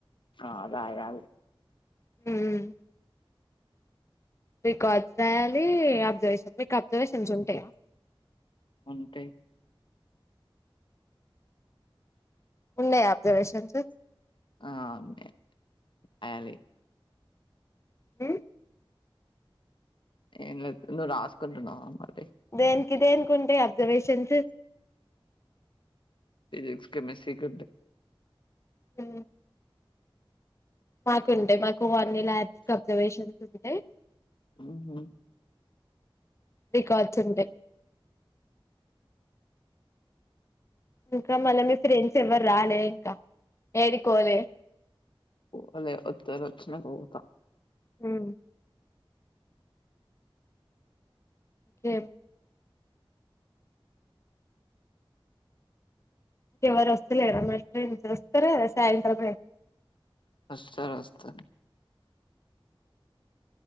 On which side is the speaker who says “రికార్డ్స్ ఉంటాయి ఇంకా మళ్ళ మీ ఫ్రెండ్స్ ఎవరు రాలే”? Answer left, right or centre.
Left